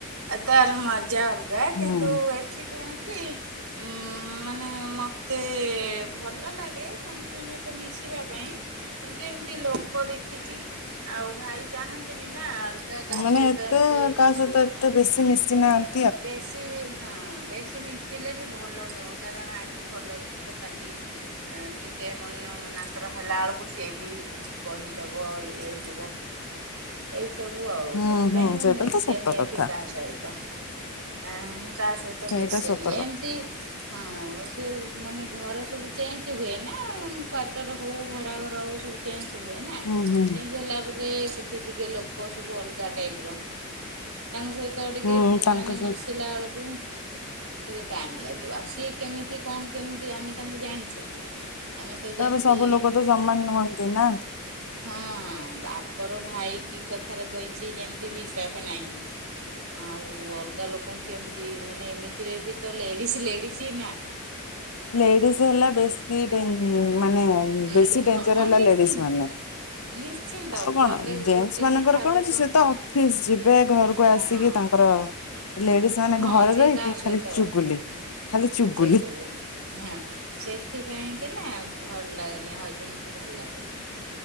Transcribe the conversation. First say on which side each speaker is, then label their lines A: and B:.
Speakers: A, on the right; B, on the left.
A: ଆ ତାର ମଜା ଅଲଗା
B: ହୁଁ।
A: କିନ୍ତୁ ଏଠି କଣ
B: <inaudible>
A: ଉ ମାନେ ମତେ ଭଲ ଲାଗେ ସମସ୍ତଙ୍କ ସହିତ ମିଶିବା ପାଇଁ କିନ୍ତୁ ଏମତି ଲୋକ ଦେଖିକି ଆଉ ଭାଇ ଚାହାନ୍ତିନି ନା ଅଲଗା କାହା
B: ମାନେ
A: ସହିତ
B: ଏତେ
A: ଏମିତି ମିଶିବା
B: କାହା ସହିତ ଏତେ
A: ପାଇଁ
B: ବେଶୀ ମିଶିନାହାନ୍ତି
A: ବେଶୀ ହଁ ବେଶୀ ମିଶିଲେ ବି ଭଲ ନୁହଁ କାରଣ ଆଜି ଭଲ ଥିବ କାଲି ଟିକେ ମନ ମନାନ୍ତର ହେଲା ବେଳକୁ ସିଏ ବି କିଛି କହିଦବ ଇଏ ହେଇ ଯିବ ଏଇ ସବୁ ଆଉ
B: ହୁଁ
A: ସେଥିପାଇଁ
B: ହୁଁ
A: ମୁଁ
B: ସେଇଟା
A: ମିଶେନି
B: ତ ସତ
A: ଏଠି
B: କଥା
A: କାହା ସହିତ ଆ କାହା ସହିତ
B: ସେଇଟା
A: ମିଶେନି
B: ସତ କଥା।
A: ଏମତି ହଁ ସେ ମାନେ ଘର ସବୁ ଚେଞ୍ଜ ହୁଏ ନା କ୍ଵାର୍ଟର ହଉ ଭଡା ଘର ହଉ ସବୁ ଚେଞ୍ଜ ହୁଏ ନା
B: ହୁଁ ହୁଁ।
A: ଚେଞ୍ଜ ହେଲା ପରେ ସେଠି ଟିକେ ଲୋକ ସବୁ ଅଲଗା ଟାଇପ ର ତାଙ୍କ ସହିତ ଟିକେ
B: ହୁଁ ତାଙ୍କ
A: ମାନେ
B: ସହିତ
A: ମିଶିଲା ବେଳକୁ ଟିକେ ଟାଇମ ଲାଗିବ ଆଉ ସିଏ କେମିତି କଣ କେମିତି ଆମେ ତାଙ୍କୁ ଜାଣିଛେ କି? ଆମେ ତ ଯେମିତି
B: ତାପରେ ସବୁ ଲୋକ ତ ସମାନ ନୁହନ୍ତି ନା।
A: ହଁ ବା ପର ଭାଇ କି କଥାରେ କହିଛି ଯେମିତି ବିଶ୍ଵାସ ନାହିଁ ଆଉ ଅଲଗା ଲୋକଙ୍କୁ କେମିତି ମାନେ ଏମିତିରେ ବି ତ ଲେଡିଜ ଲେଡିଜ ହି ନାଁ
B: ଲେଡିଜ ହେଲା ବେଶୀ ଡେ ଇ ମାନେ
A: ହେଡ୍
B: ବେଶୀ ଡେଂଜର
A: ହଁ
B: ହେଲା
A: ନିଶ୍ଚିନ୍ତ
B: ଲେଡିଜି ମାନେ।
A: ନିଶ୍ଚିନ୍ତ
B: ଆଉ କଣ
A: ପଦେ
B: ଜେନ୍ସ
A: ଗୋଟେ
B: ମାନଙ୍କର
A: କଥାକୁ
B: କଣ ଅଛି ସେ ତ ଅଫିସ ଯିବେ ଘରକୁ
A: ହଁ
B: ଆସିକି ତାଙ୍କର
A: ହଁ
B: ଲେଡିଜ ମାନେ
A: ହଁ
B: ଘରେ
A: ସିଏ
B: ରହିକି
A: କାହା ସହିତ
B: ଖାଲି ଚୁଗୁଲି
A: ହଁ
B: ଖାଲି ଚୁଗୁଲି
A: ସିଏ ଗଲି ହଁ ସେଥିପାଇଁ କେନା ଭଲ ଲାଗେନି ହଜବେଣ୍ଡ କୁ ଭଲ ଲାଗେନି।